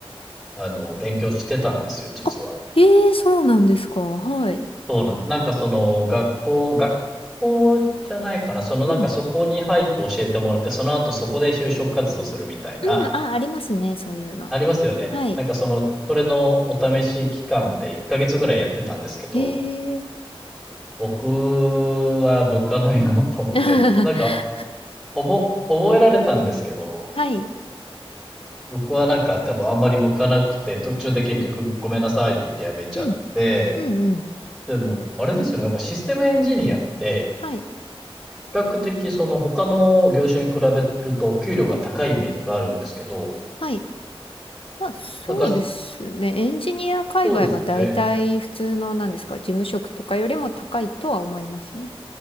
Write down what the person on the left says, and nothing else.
あ、ええーそうなんですか。はい。
うん
うん、あ、ありますね、そういうの。
はい。
へえ。
<laughs>
はい。
うん、うん、うん、うん。
はい、
はい、はい。まあ、そうですね。
エンジニア界隈は大体普通の、
なんですか、事務職とかよりも高いとは思いますね。